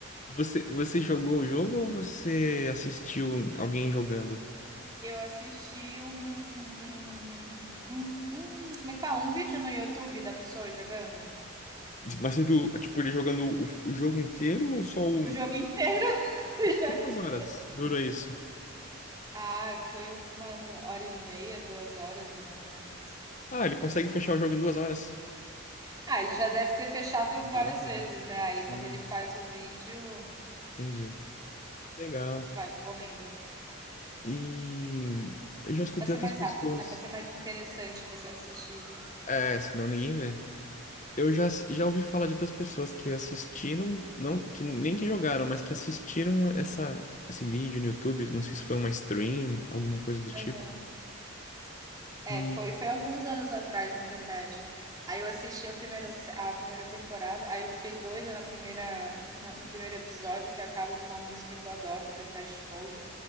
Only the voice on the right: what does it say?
Eu assisti um um um um como é que fala? Um vídeo no YouTube da pessoa jogando.
O jogo inteiro, <laughs> o jogo
inteiro.
Ah, foi uma hora e meia, 2 horas mais ou menos.
Ah, ele já deve ter fechado
várias
vezes, né, aí
quando ele faz o vídeo,
vai correndo.
Pra ser
mais
rápido, né, pra ser mais interessante você assistir o vídeo.
Aham. É,
foi foi alguns anos atrás, na verdade. Aí eu assisti a primeira se a primeira temporada, aí eu fiquei doida na primeira na no primeiro episódio, que acaba com uma música que eu adoro, do Depeche Mode.